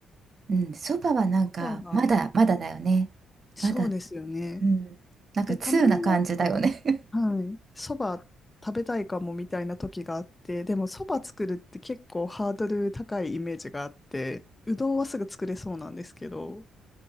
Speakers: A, on the right; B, on the left.
A: うん。そばはなんか、
B: そばが、
A: まだ、まだだよね。
B: そうですよね。
A: まだ、うん。なんか、
B: で、
A: 通な感じだよね。
B: たまになんか、はい、そば食べたいかもみたいな時があって、でもそば作るって結構ハードル高いイメージがあって、うどんはすぐ作れそうなんですけど、